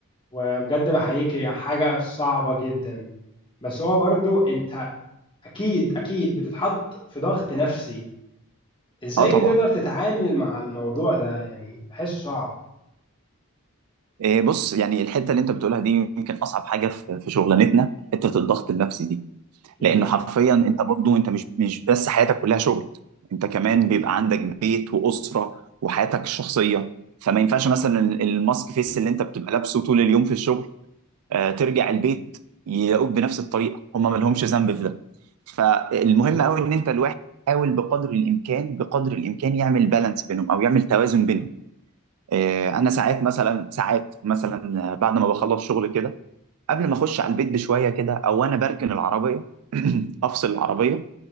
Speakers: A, on the left; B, on the right.
A: وبجد بحييك هي حاجة صعبة جدا بس هو برضو أنت أكيد أكيد بتتحط في ضغط نفسي إزاي
B: اه طبعا
A: بتقدر تتعامل مع الموضوع ده يعني بحسه صعب
B: إيه، بص يعني الحته اللي انت بتقولها دي يمكن اصعب حاجه في في شغلانتنا حته الضغط النفسي دي
A: بالظبط
B: لانه حرفيا انت برضو انت مش مش بس حياتك كلها شغل انت كمان بيبقى عندك بيت واسره وحياتك الشخصيه فما ينفعش مثلا الماسك فيس اللي انت بتبقى لابسه طول اليوم في الشغل آه، ترجع البيت يلاقوك بنفس الطريقه هم ما لهمش ذنب في ده فالمهم
A: بالظبط
B: قوي ان انت الواحد يحاول بقدر الامكان بقدر الامكان يعمل بالانس بينهم او يعمل توازن بينهم إيه، انا ساعات مثلا ساعات مثلا آه، بعد ما بخلص شغل كده قبل ما اخش على البيت بشويه كده او انا بركن العربيه <clears throat> افصل العربيه